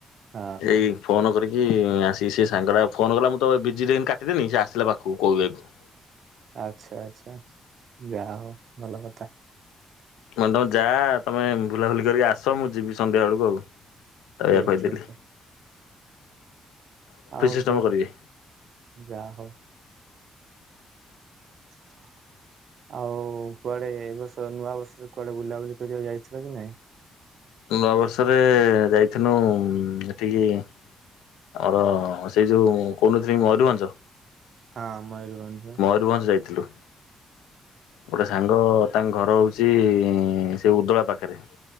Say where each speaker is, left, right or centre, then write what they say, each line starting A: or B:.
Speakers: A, on the right; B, on the left.
A: ହଁ ହଁ
B: ଏଇ ଫୋନ କରିକି ଆସିକି ସେ ସାଙ୍ଗଟା ଫୋନ କଲା ମୁଁ ତ ବିଜି ରେ କାଟିଦେନି ସେ ଆସିଲା ପାଖକୁ କହିବାକୁ।
A: ଆଚ୍ଛା ଆଚ୍ଛା ଯାହା ହଉ ଭଲ କଥା।
B: ମୁଁ କହିନି ତମେ ଯା ତମେ ବୁଲାବୁଲି କରିକି ଆସ ମୁଁ ଯିବି ସନ୍ଧ୍ୟା ବେଳକୁ ଆଉ। ଏଇଆ
A: ଠିକ
B: କହିଥିଲି।
A: ଠିକ ଆଉ
B: ସିଷ୍ଟମ
A: କଣ
B: କରିବେ
A: ଯାହା ହଉ। <inaudible> ଆଉ କୁଆଡେ ଏ ବର୍ଷ ନୂଆ ବର୍ଷରେ କୁଆଡେ ବୁଲାବୁଲି କରିବାକୁ ଯାଇଥିଲ କି ନାଇଁ?
B: ନୂଆବର୍ଷରେ ଯାଇଥିନୁ ଏଠିକି ଆମର ସେଇ ଯେଉଁ କହୁନଥିଲି କି ମୟୂରଭଞ୍ଜ।
A: ହଁ ମୟୁରଭଞ୍ଜ।
B: ରଭଞ୍ଜ ଯାଇଥିଲୁ। ଗୋଟେ ସାଙ୍ଗ ତାଙ୍କ ଘର ହଉଛି ସେଇ ଉଦଳା ପାଖରେ।